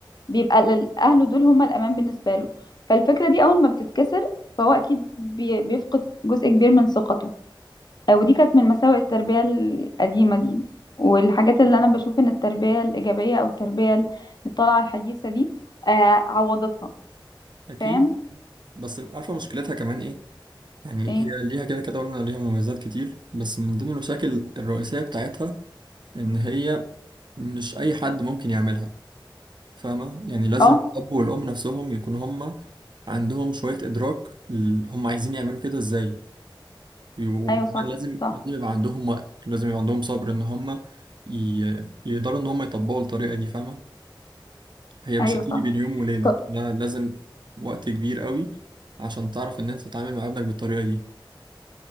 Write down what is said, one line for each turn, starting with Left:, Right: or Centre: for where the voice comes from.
Left: بيبقى لل- أهله دول هما الأمان بالنسبة له فالفكرة دي أول ما بتتكسر فهو أكيد بي- بيفقد جزء كبير من ثقته آه، ودي كانت من مساوئ التربية القديمة دي والحاجات اللي أنا بشوف إن التربية الإيجابية أو التربية اللي طالعة الحديثة دي آه عوضتها
Right: فاكيد
Left: فاهم
Right: بس عارفه مشكلتها كمان ايه يعني
Left: إيه
Right: هي ليها كده كده قلنا ليها مميزات كتير بس من ضمن المشاكل الرئيسيه بتاعتها ان هي مش اي حد ممكن يعملها فاهمه يعني لازم
Left: أه
Right: الاب والام نفسهم يكون هم عندهم شويه ادراك ل- هم عايزين يعملوا كده ازاي وكمان
Left: أيوه صح
Right: لازم
Left: صح
Right: لازم يبقى عندهم وقت لازم يبقى عندهم صبر ان هم ي... يقدروا ان هم يطبقوا الطريقة دي فاهمة هي مش
Left: أيوه
Right: هتيجي
Left: صح
Right: بين يوم وليلة
Left: ط-
Right: لا لازم وقت كبير قوي عشان تعرف ان انت تتعامل مع ابنك بالطريقة دي